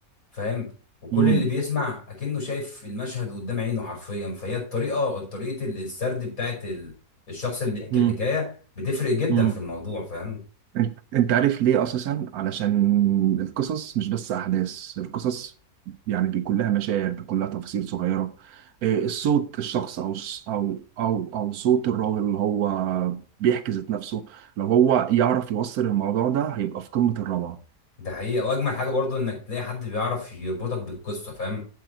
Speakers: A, on the left (about 60°); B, on the right (about 70°).
A: فاهم وكل
B: مم.
A: اللي بيسمع أكنه شايف المشهد قدام عينه حرفيا فهي الطريقة طريقة ال- السرد بتاعت ال- الشخص اللي بيحكي
B: مم.
A: الحكاية بتفرق جدا
B: مم.
A: في الموضوع فاهم
B: انت أنت عارف ليه اساسا علشان القصص مش بس احداث القصص يعني بيكون لها مشاعر بيكون لها تفاصيل صغيره إيه، الصوت الشخص او الص- او او او صوت الراجل اللي هو بيحكي ذات نفسه لو هو يعرف يوصل الموضوع ده هيبقى في قمه الروعه
A: ده حقيقة وأجمل حاجة برضو إنك تلاقي حد بيعرف يربطك بالقصة فاهم